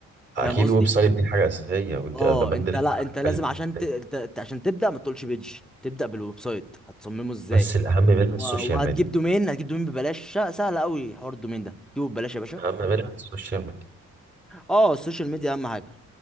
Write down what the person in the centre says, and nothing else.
فاهم قصدي
اه
انت
لا انت
لازم عشان
ت... ت... ت- عشان تبدا ما تقولش بيج تبدا بالويب سايت هتصممه ازاي
و...
وهتجيب
دومين هتجيب دومين ببلاش س- سهل قوي حوار الدومين ده جيبه ببلاش يا باشا
اه السوشيال ميديا اهم حاجه